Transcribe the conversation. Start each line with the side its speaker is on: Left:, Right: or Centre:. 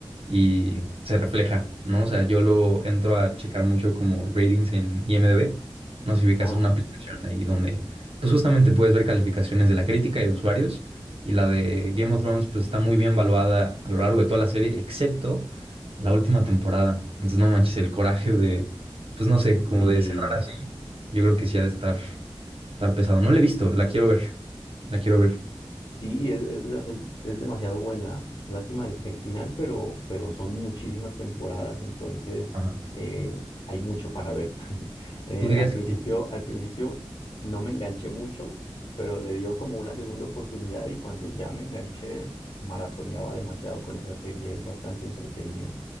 Right: y se refleja, ¿no? O sea, yo luego entro a checar mucho como ratings en IMDb. No sé si ubicas,
Left: Ajá.
Right: es una aplicación ahí donde pues justamente puedes ver calificaciones de la crítica y de usuarios y la de Game of Thrones pues está muy bien evaluada a lo largo de toda la serie, excepto la última temporada. Entonces no manches, el coraje de, pues no sé, como
Left: Y
Right: de cerrar así. Yo creo que sí ha de estar, estar pesado. No la he visto, la quiero ver. La quiero ver.
Left: Sí, es, es, es- es demasiado buena. Lástima el, el final, pero, pero son muchísimas temporadas, entonces
Right: Ajá.
Left: eh, hay mucho para ver. <laughs> Eh,
Right: ¿Tú dirías
Left: al principio,
Right: que...
Left: al principio no me enganché mucho, pero le dio como una segunda oportunidad y cuando ya me enganché, maratoneaba demasiado con esa serie. Es bastante entretenida.